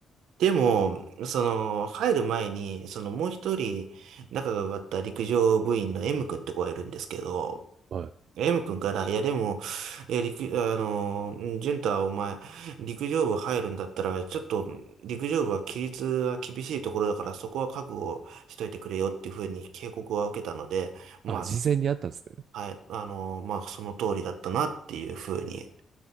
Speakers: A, on the right; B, on the right.
A: でも、その、入る前に、そのもう一人仲が良かった陸上部員の M 君って子がいるんですけど、
B: はい。
A: M 君から、いやでも、えー、陸、あのー、うん淳太お前、陸上部入るんだったら、ちょっと、陸上部は規律は厳しいところだから、そこは覚悟しといてくれよっていうふうに警告は受けたので、ま
B: あ、事前にあったんですね。
A: あ、はい、あのまあ、その通りだったなっていうふうに